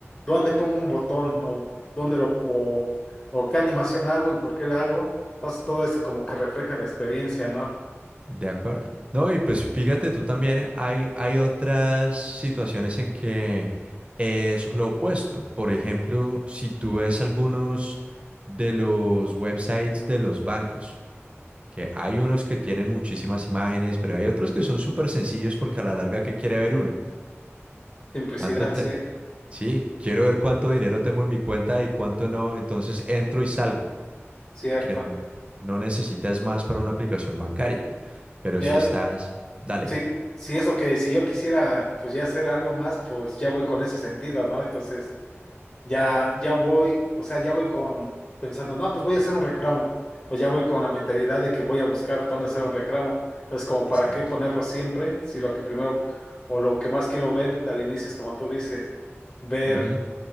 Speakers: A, on the left; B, on the right.
A: dónde pongo un botón o dónde lo o, o qué animación hago y por qué la hago. Entonces todo esto como que refleja la experiencia, ¿no?
B: De acuerdo. No, y pues fíjate tú también, hay, hay otras situaciones en que es lo opuesto. Por ejemplo, si tú ves algunos de los websites de los bancos, que hay unos que tienen muchísimas imágenes, pero hay otros que son súper sencillos porque a la larga, ¿qué quiere ver uno?
A: Simplicidad,
B: ¿Cuánto te...
A: sí,
B: Sí, quiero ver cuánto dinero tengo en mi cuenta y cuánto no. Entonces entro y salgo,
A: cierto.
B: que n- no necesitas más para una aplicación bancaria. Pero
A: Ya
B: si estás... Dale.
A: Sí, sí es lo que si yo quisiera pues ya hacer algo más, pues ya voy con ese sentido, ¿no? Entonces ya, ya voy, o sea, ya voy con pensando, no, pues voy a hacer un reclamo, pues ya voy con la mentalidad de que voy a buscar dónde hacer un reclamo. Entonces, como para
B: Exacto.
A: qué ponerlo siempre, si lo que primero o lo que más quiero ver al inicio es como tú dices, ver,
B: Ujú,